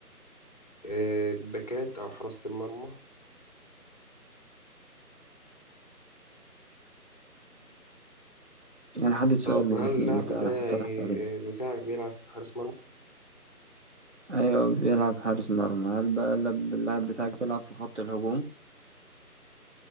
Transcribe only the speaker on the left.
آه، باكات او حراسة المرمى
طب
هل
اللاعب
بتاعي
آه، بتاعك بيلعب في حارس مرمى